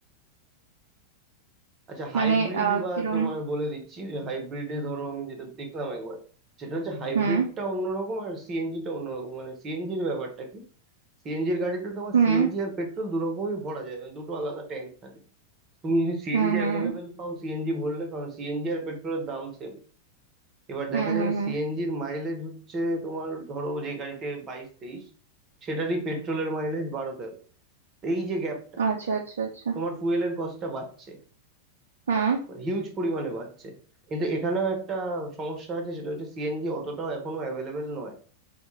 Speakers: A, on the right; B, on the right.
A: আচ্ছা হাইব্রিড
B: মানে আহ
A: বা
B: কিরম
A: তোমার বলে দিচ্ছি যে হাইব্রিডে ধরো আমি যেটা দেখলাম একবার সেটা হচ্ছে হাইব্রিডটা
B: হুম
A: অন্যরকম আর সিএনজিটা অন্যরকম মানে সিএনজির ব্যাপারটা কি সিএনজির গাড়িতে তোমার
B: হুম
A: সিএনজি আর পেট্রোল দু রকমই ভরা যায় মানে দুটো আলাদা ট্যাঙ্ক থাকে তুমি যদি সিএনজি
B: হুম হুম
A: অ্যাভেলেবেল পাও সিএনজি ভরলে কারণ সিএনজি আর পেট্রোলের দাম সেম এবার
B: হুম
A: দেখা যাবে
B: হুম হুম
A: সিএনজির মাইলেজ হচ্ছে তোমার ধরো যে গাড়িতে বাইশ তেইশ সেটারই পেট্রোলের মাইলেজ বারো তেরো এই যে গ্যাপটা
B: আচ্ছা আচ্ছা আচ্ছা
A: তোমার ফুয়েলের কস্টটা বাড়ছে
B: হ্যাঁ
A: মানে হিউজ পরিমাণে বাড়ছে কিন্তু এখানেও একটা সমস্যা আছে সেটা হচ্ছে সিএনজি অতটাও এখনো অ্যাভেলেবেল নয়